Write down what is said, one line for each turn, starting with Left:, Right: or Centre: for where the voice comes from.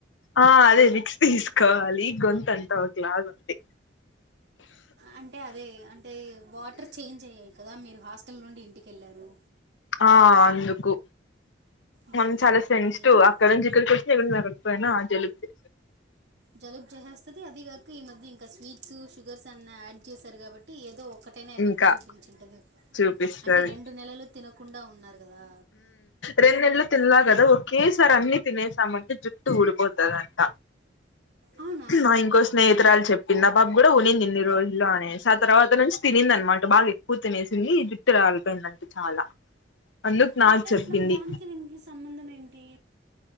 Left: ఆ అదే ఫిక్స్ తీసుకోవాలి గొంతంతా ఒకలాగుంది
Right: అంటే అదే అంటే వాటర్ చేంజ్ అయ్యాయి కదా మీరు హాస్ తల్ నుండి ఇంటికెళ్ళారు
Left: ఆ అందుకు
Right: మ్మ్.
Left: మనం చాలా సెన్సిటివ్
Right: ఏమో
Left: అక్కడ నుంచి ఇక్కడికి వస్తె జకపోయినా ఆ జలుబే
Right: జలుబ్ జెసేస్తది అదే కాక ఈ మధ్య ఇంకా స్వీట్స్ షుగర్స్ అన్నా యాడ్ చేశారు కాబట్టి ఏదో ఒకటైనా ఎఫెక్ట్
Left: ఇంకా
Right: చూపించింటది
Left: చూపిస్తది
Right: అంటే రెండు నెలలు తినకుండా ఉన్నారు కదా
Left: రెండు నెలలు తిన్నా కదా ఒకేసారి అన్ని తినేసామంటే జుట్టు ఊడిపోతదంట
Right: అవునా
Left: నా ఇంకో స్నేహితురాలు చెప్ పింది ఆ పాప కూడా ఉనింనింది ఇన్ని రోజులు అనేసి ఆ తర్వాత నుంచి తినింది అనమాట బాగా ఎక్కువ తినేసింది ఈ జుట్ రాలిపోయిందండి చాలా అందుకు నాకు
Right: అట్లెట్ల
Left: చెప్పింది
Right: దానికి దీనికి సంబంధం ఏంటి